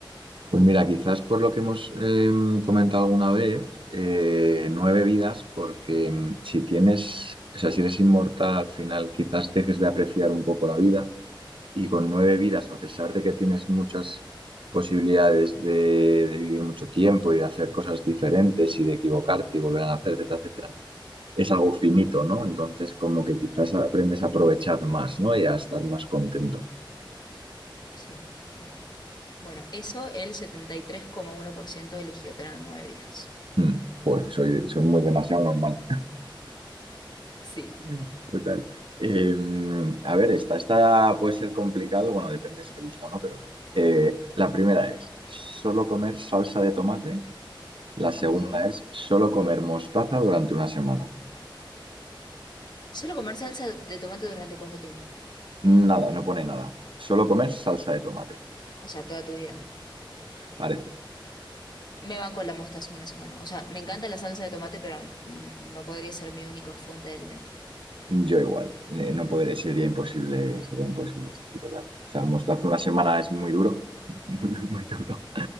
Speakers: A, on the right; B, on the left.
A: Pues mira, quizás por lo que hemos eh, comentado alguna vez, eh, nueve vidas, porque mm, si tienes, o sea, si eres inmortal al final quizás dejes de apreciar un poco la vida y con nueve vidas, a pesar de que tienes muchas posibilidades de, de, vivir mucho tiempo y de hacer cosas diferentes y de equivocarte y volver a hacer, etcétera, etcétera, es algo finito, ¿no? Entonces, como que quizás aprendes a aprovechar más, ¿no? Y a estar más contento.
B: Sí. Mm. Bueno, eso el setenta y tres coma uno por ciento eligió tener nueve vidas.
A: Hmm, pues soy, soy muy demasiado normal.
B: Sí.
A: <laughs> Total. Eh, a ver, esta, esta puede ser complicado, bueno, depende si te gusta o no, pero eh, la primera es, ¿solo comer salsa de tomate La segunda
B: Ok.
A: es solo comer mostaza durante una semana.
B: ¿Solo comer salsa de tomate durante cuánto tiempo?
A: Nada, no pone nada. Solo comer salsa de tomate,
B: O sea, toda tu vida.
A: parece.
B: Me banco la mostaza una semana. O sea, me encanta la salsa de tomate, pero n- no podría ser mi única fuente de alimento.
A: Yo igual, eh, no podré, sería imposible, sería imposible, sí, sí, total. O sea, mostaza una semana es muy duro, <laughs> muy, muy, muy duro,